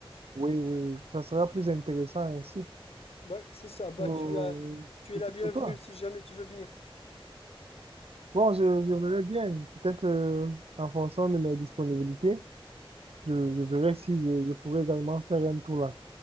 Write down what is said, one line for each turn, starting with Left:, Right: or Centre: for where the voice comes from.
Right: oui, oui, oui, ça sera plus intéressant ainsi
Left: Ouais, c'est ça. Bah,
Right: pour,
Left: tu as, tu es la bienvenue
Right: pour toi.
Left: si jamais tu veux venir.
Right: Bon, je, je verrai bien, peut-être euh, en fonction de mes disponibilités, je, je verrai si je, je pourrai également faire un tour là.